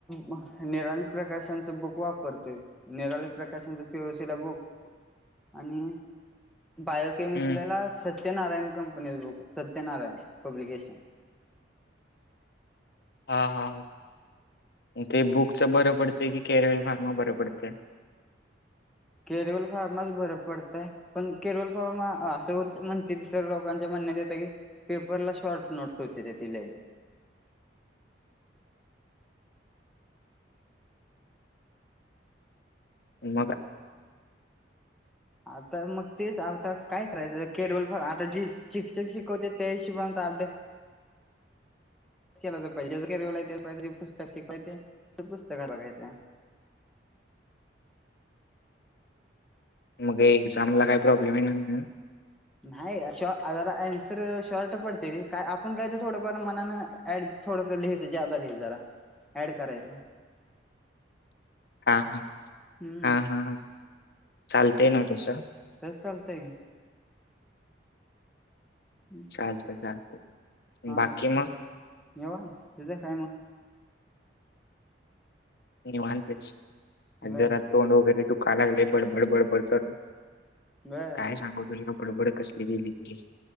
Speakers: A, in the centre; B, on the left.
A: म निराली प्रकाशांचा बुक वापरतोय निराली प्रकाशांच पीओसी ला बुक आणि बायोकमिस्ट्रीला
B: हम्म
A: Satyanarayan company book Satyanarayan publication.
B: हा हा ते बुकच बरं पडतंय की कॅरवेल फार्मा बरं पडतय.
A: केरवल फार्माच बरं पडतय. पण केरवळ फॉर्म असं होत म्हणते तिसरं लोकांच्या म्हणण्यात येतं की पेपरला शॉर्ट नोट्स होते तेचे लेह
B: मागा
A: आता मग तेच आता काय करायचं केरल फॉर आता जी शिक्षक शिकवते त्या हिशोबचा अभ्यास <inaudible> केला तर पाहिजे जहिजे पुस्तक शिकवायचे तर पुस्तक बघायचं.
B: मग एक्झाम ला काही प्रॉब्लेम आहे नाय ना?
A: नाही शॉ जरा अन्सर शॉर्ट पडते रे काय आपण काय तर थोडंफार मनानं ऍड <inaudible> थोडसं लिहायचं ज्यादा लिह जरा ऍड करायचं.
B: हा हा
A: हम्म
B: हा हा चालतय ना तसं.
A: तस चालतंय. <inaudible>
B: चालतं चालतं
A: हा
B: बाकी मग?
A: निवांत तुझं काय मग.
B: निवांत आहे आज
A: बर
B: जरा तोंड वगैरे दुखा लागलेय बडबड बडबड करून.
A: बर
B: काय सांगव तुला बडबड कसली गेली होती